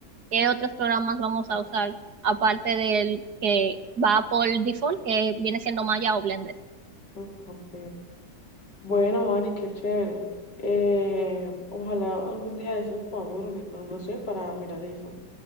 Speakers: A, on the right (about 65°); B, on the left (about 80°).
A: ¿Qué otros programas vamos a usar aparte del que va por default, que viene siendo Maya o Blender?
B: Ah, ok. Bueno, Mari, qué chévere. Eh, ojalá algún día de esos podamos reunirnos, no sé, para mirar eso.